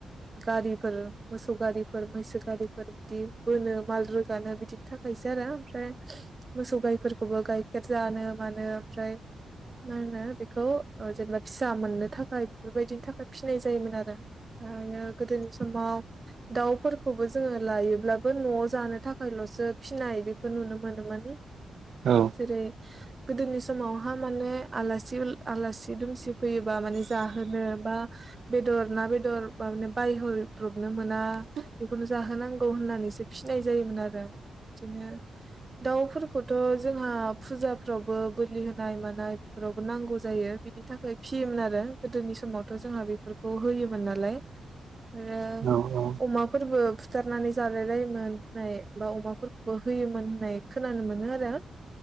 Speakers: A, on the right; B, on the right.
A: गारिफोर मोसौ गारिफोर मैसो गारिफोर बिदि बोनो माल रोगानो बिदिनि थाखायसो। आरो ओमफ्राय मोसौ गाइफोरखौबो गाइखेर जानो मानो ओमफ्राय मा होनो बेखौ जेनेबा फिसा मोननो थाखाय बेफोरबायदिनि थाखाय फिनाय जायोमोन आरो। <unintelligible> गोदोनि समाव दाउफोरखौबो जोङो लायोब्लाबो न'आव जानो थाखायल'सो फिनाय बेदिखो नुनो मोनोमोन।
B: औ औ
A: जेरै गोदोनि स समावहा माने आलासि आलासि दुमसि फैयोबा जाहोनो बा बे बेदर ना बेदर माने बायहरब्रबनो मोना बेखौनो जाहोनांगौ होननानैसो फिनाय जायोमोन आरो। बिदिनो दाउफोरखौथ' जोंहा फुजाफ्रावबो बोलि होनाय मानाय फोरावबो नांगौ जायो। बिनि थाखाय फियोमोन आरो गोदोनि समावथ' जोंहा बेफोरखौ होयोमोन नालाय। ओ
B: औ
A: अमाफोरबो फुथारनानै जालायलायोमोन होननाय बा अमाफोरखौबो होयोमोन होननाय खोनानो मोनो आरो।